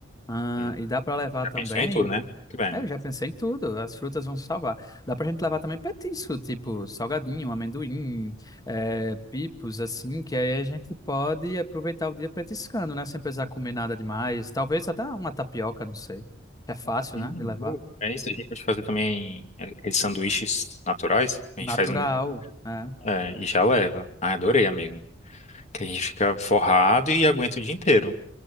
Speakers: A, on the left (about 20°); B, on the left (about 35°).
A: Ah,
B: Hum,
A: e dá pra
B: hum.
A: levar
B: Já
A: também.
B: pensou em tudo, né? Muito bem.
A: É, Eu já pensei em tudo, as frutas vão salvar. Dá pra gente levar também petisco, tipo salgadinho, amendoim, eh, pipos, assim, que aí a gente pode aproveitar o dia petiscando, né? Sem precisar comer nada demais. Talvez até uma tapioca, não sei. É fácil,
B: Hum,
A: né? De levar.
B: boa. É isso, a gente pode fazer também é, aqueles sanduíches naturais. A
A: Natural,
B: gente faz um,
A: né?
B: é, e já leva. Ah, adorei, amigo. Que a gente fica forrado e aguenta o dia inteiro.